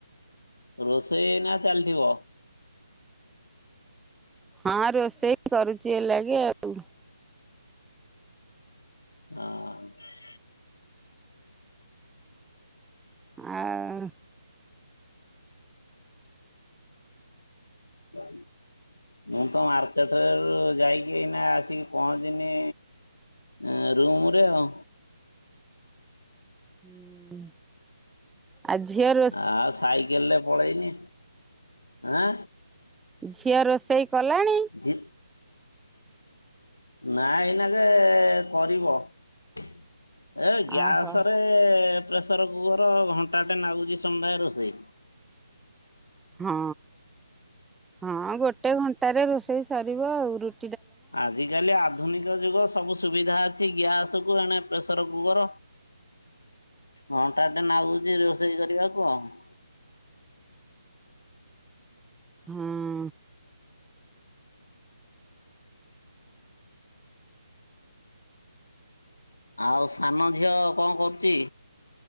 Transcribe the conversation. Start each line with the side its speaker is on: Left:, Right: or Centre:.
Left: ରୋଷେଇ ଏଇନା ଚାଲିଥିବ?
Centre: ହଁ ରୋଷେଇ କରୁଚି ଏଇଲାଗେ ଆଉ।
Left: ହଁ।
Centre: ଆ-ଆ
Left: <inaudible> ମୁଁତ ମାର୍କେଟରରୁ ଯାଇକି ଏଇନା ଆସିକି ପହଞ୍ଚିନି ଉ ରୁମରେ ଆଉ।
Centre: ହୁଁ। ଆ ଝିଅର
Left: ଆଉ ସାଇକେଲରେ ପଳେଇନି ଆଁ?
Centre: ଝିଅ ରୋଷେଇ କଲାଣି?
Left: ଝି ନା ଏଇନାକେ କରିବ ଏ ଗ୍ୟାସରେ
Centre: ଓହୋ
Left: ଏ ପ୍ରେସର କୁକର ଘଣ୍ଟାଟେ ନାଗୁଚି ସମୁଦାଏ ରୋଷେଇ।
Centre: ହଁ ହଁ ଗୋଟେ ଘଣ୍ଟାରେ ରୋଷେଇ ସରିବ ଆଉ ର
Left: ଆଜିକାଲି ଆଧୁନିକ ଯୁଗ ସବୁ ସୁବିଧା ଅଛି ଗ୍ୟାସ୍ କୁ ଏଣେ ପ୍ରେସର କୁକର ଘଣ୍ଟା ଟେ ନାଗୁଛି ରୋଷେଇ କରିବାକୁ ଆଉ।
Centre: ହୁଁ।
Left: ଆଉ ସାନ ଝିଅ କଣ କରୁଛି?